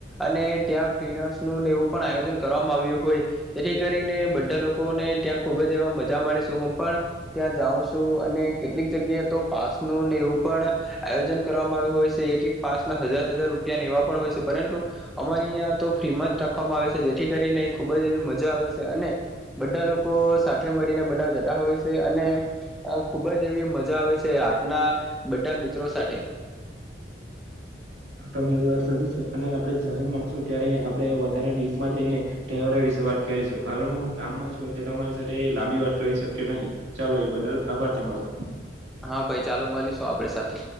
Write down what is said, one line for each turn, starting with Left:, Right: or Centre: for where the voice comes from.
Centre: અને ત્યાં ફ્રી ડાન્સ ન એવું પણ આયોજન કરવામાં આવ્યું હોય જેથી કરીને બધા લોકોને ત્યાં ખુબ જ એવા મજા મળે છે હું પણ ત્યાં જાઉં છું અને કેટલીક જગ્યાએ તો પાસ નુંને એવું પણ આયોજન કરવામાં આવ્યું હોય છે એક એક પાસના હજાર હજાર રૂપિયાને એવા પણ હોય છે પરંતુ અમારી અં તો ફ્રીમાં જ રાખવામાં આવે છે જેથી કરીને ખુબ જ એવી મજા આવે છે અને બધા લોકો સાથે મળીને બધા હોય છે અને ખુબ જ એવી મજા આવે છે આટના બધા મિત્રો સાથે
Right: હા તો મારી વાત સાચી છે અને આપડે જયારે મળશું ત્યારે આપડણે વધારે ડીપમાં જઈને તહેવારો વિશે વાત કરીશું હાલમાં હું કામમાં છું એટલે તમારી સાથે લાંબી વાત કરી શક્યો નહીં ચાલો એ બદલ આભાર તમારો.
Centre: હા ભાઈ ચાલો મળીશું આપડ સાથે.